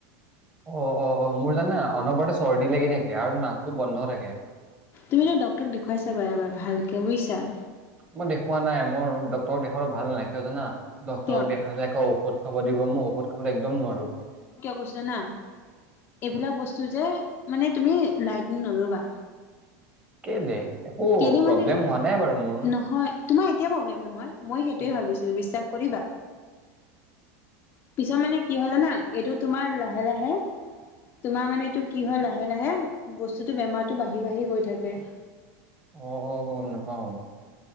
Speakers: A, on the right (about 15°); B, on the left (about 30°).
A: অ', অ', অ'। মোৰ, জানা, অনবৰতে চৰ্দি লাগি থাকে, আৰু নাকটো বন্ধ থাকে।
B: তুমিতো ডাক্তৰক দেখুৱাইছা এবাৰ ভালকৈ বুজিছা।
A: মই দেখুওৱা নাই। মোৰ ডাক্তৰক দেখুৱালে ভাল নালাগে কিয় জানা? ডাক্তৰক
B: কিয়
A: দেখালে আকৌ ঔষধ খাব দিব। মই ঔষধ খাবলৈ একদম নোৱাৰোঁ।
B: কৈছে জানা? এইবিলাক বস্তু যে, মানে তুমি লাইটলি নল'বা।
A: কেলে? একো
B: কেলে
A: প্ৰব্লেম
B: মানে
A: হোৱা নাই বাৰু মোৰ।
B: নহয় তোমাৰ এতিয়া প্ৰব্লেম নহয়। মই সেইটোৱেই
A: উম।
B: ভাবিছিলোঁ, বিশ্বাস কৰিবা। পিছত মানে কি হয় জানা? এইটো তোমাৰ লাহে লাহে তোমাৰ মানে এইটো কি হয় লাহে লাহে? বস্তুটো বেমাৰটো বাঢ়ি বাঢ়ি গৈ থাকে।
A: অ', গম নাপাওঁ।